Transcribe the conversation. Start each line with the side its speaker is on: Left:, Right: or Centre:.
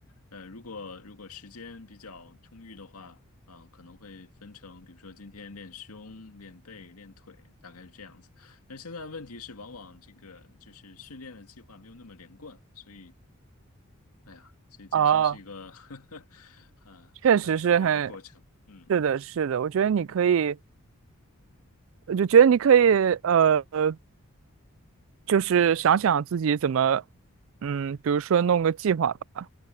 Left: 呃，如果如果时间比较充裕的话，啊、可能会分成，比如说今天练胸、练背、练腿，大概是这样子。但现在问题是，往往这个就是训练的计划没有那么连贯，所以。哎呀，所以健身是一个
Right: 哦，
Left: <laughs> 啊很漫长的一个过程。
Right: 确实是很，
Left: 嗯，
Right: 是的，是的，我觉得你可以，我就觉得你可以，呃，呃，就是想想自己怎么，嗯，比如说弄个计划吧。